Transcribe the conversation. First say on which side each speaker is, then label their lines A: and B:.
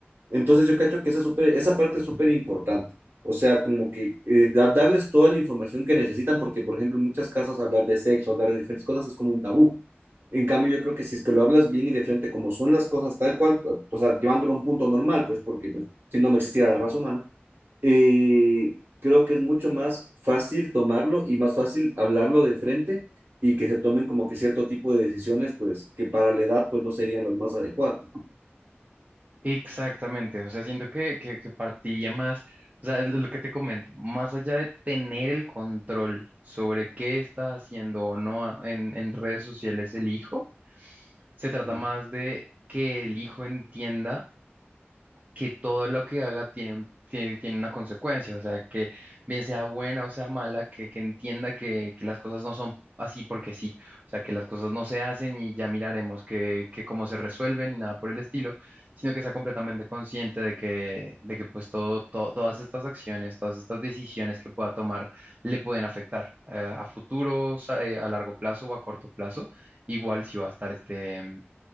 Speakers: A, on the right; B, on the right.
A: Entonces yo cacho que esa, super, esa parte es súper importante. O sea, como que eh, da- darles toda la información que necesitan, porque, por ejemplo, en muchas casas hablar de sexo, hablar de diferentes cosas es como un tabú. En cambio, yo creo que si es que lo hablas bien y de frente como son las cosas tal cual, o sea, llevándolo a un punto normal, pues porque pues, si no, no existiera la raza humana, eh, creo que es mucho más fácil tomarlo y más fácil hablarlo de frente y que se tomen como que cierto tipo de decisiones, pues que para la edad pues no serían las más adecuadas.
B: Exactamente, o sea, siento que, que, que partía más, o sea, es lo que te comento, más allá de tener el control sobre qué está haciendo o no a- en, en redes sociales el hijo, se trata
A: Mm.
B: más de que el hijo entienda que todo lo que haga tiene un, tiene, tiene una consecuencia, o sea, que bien sea buena o sea mala, que, que entienda que, que las cosas no son así porque sí, o sea, que las cosas no se hacen y ya miraremos que, que cómo se resuelven y nada por el estilo, sino que sea completamente consciente de que, de que pues todo, to- todas estas acciones, todas estas decisiones que pueda tomar le pueden afectar eh, a futuro, o sea, eh, a largo plazo o a corto plazo, igual si va a estar este... mm,